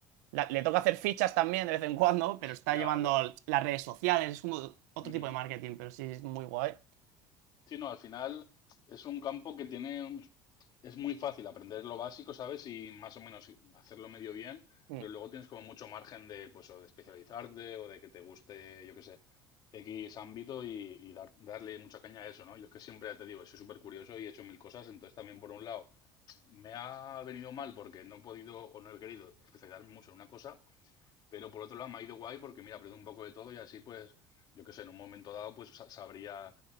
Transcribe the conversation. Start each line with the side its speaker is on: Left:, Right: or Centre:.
Right: la- le toca hacer fichas también de vez en cuando, pero está
Left: Ya,
Right: llevando
Left: bueno.
Right: las redes sociales, es como otro
Left: Ujú.
Right: tipo de marketing, pero sí es muy guay.
Left: Sí, no, al final es un campo que tiene un- es muy fácil aprender lo básico, ¿sabes? Y más o menos hacerlo medio bien,
Right: Mm,
Left: pero luego tienes como mucho margen de, pues, o de especializarte o de que te guste, yo qué sé, X ámbito y, y dar- darle mucha caña a eso, ¿no? Yo es que siempre, ya te digo, soy súper curioso y he hecho mil cosas, entonces también por un lado me ha venido mal porque no he podido o no he querido especializarme mucho en una cosa, pero por otro lado me ha ido guay porque, mira, aprendo un poco de todo y así, pues, yo qué sé, en un momento dado, pues sa- sabría,